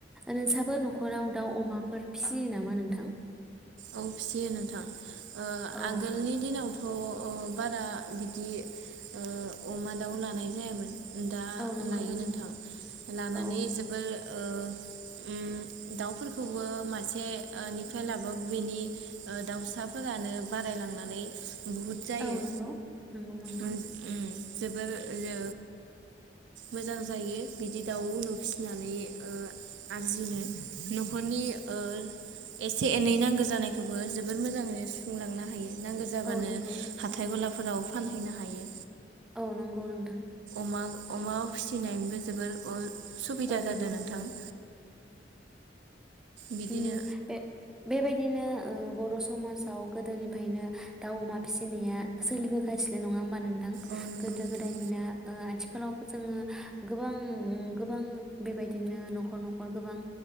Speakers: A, in the centre; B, on the right.
A: नोंस्राबो नखराव दाउ अमाफोर फिसियो नामा नोंथां?
B: औ फिसियो नोंथां ओ
A: औ
B: आगोलनि दिनावथ अ अ बारा बिदि ओ अमा दाउ लानाय जायामोन। दा
A: औ नंगौ
B: लायो नोंथां लानानै
A: औ
B: जोबोर ओ उम दाउफोरखौबो मासे निफ्राय लाबो बिनि ओ दाउसाफोरानो बारायलांनानै। बुहुद जायो
A: औ नंगौ नंगौ नोंथां।
B: उम जोबोर ओ मोजां जायो बिदि दाउ उनु फिसिनानै ओ आरजिनो नखरनि ओ एसे एनै नां गो जानायखौबो जोबोर मोजाङैनो सुफुंलांनो हायो। नांगौ जाबानो
A: औ नंगौ
B: हाथाय गला फोराव फानहैनो हायो।
A: औ नंगौ नोंथां।
B: अमा अमा फिसिनायबो जोबोर ओ सुबिदा
A: औ नंगौ
B: जादों नोंथां, बिदिनो
A: उम बे बेबायदि बिदिनो ओ बर समाजाव गोदोनिफ्रायनो दाउ अमा फिसिनाया सोलिबोगासिनो नङा होमबा नों थां
B: औ नंगौ
A: गोदो
B: नोंथां
A: गोदायनिफ्रायनो ओ आथि आथिखालावबो जोङो गोबां ओ गोबां बेबायदिनो नखर नखर गोबां